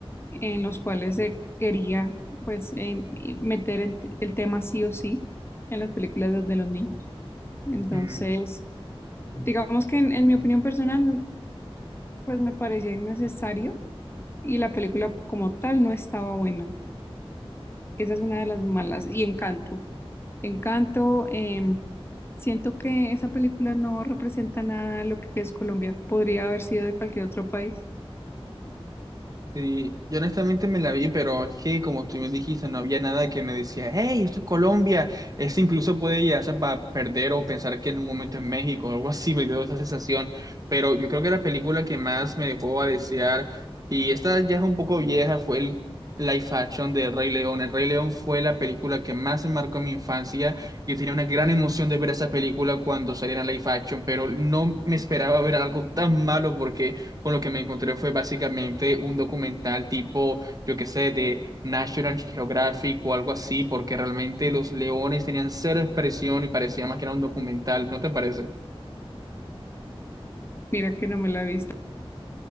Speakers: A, on the left; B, on the right.
A: en los cuales se quería pues em, y meter el, t- el tema sí o sí en las películas de, de los niños. Entonces,
B: Mm,
A: digamos que en en mi opinión personal, pues me parecía innecesario y la película como tal no estaba buena. Esa es una de las malas. Y Encanto. Encanto, em, siento que esa película no representa nada lo que es Colombia. Podría haber sido de cualquier otro país.
B: Sí, yo honestamente me la vi, pero es que como tú me dijiste, no había nada que me decía, hey, esto es Colombia. Eso incluso puede llegarse para perder o pensar que en un momento es México o algo así, me dio esa sensación. Pero yo creo que la película que más me dejó a desear, y esta ya es un poco vieja, fue el live action de Rey León. El Rey León fue la película que más me marcó en mi infancia. Yo tenía una gran emoción de ver esa película cuando saliera en live action, pero no me esperaba ver algo tan malo porque con lo que me encontré fue básicamente un documental tipo, yo qué sé, de National Geographic o algo así, porque realmente los leones tenían cero expresión y parecía más que era un documental, ¿no te parece?
A: Mira que no me la he visto.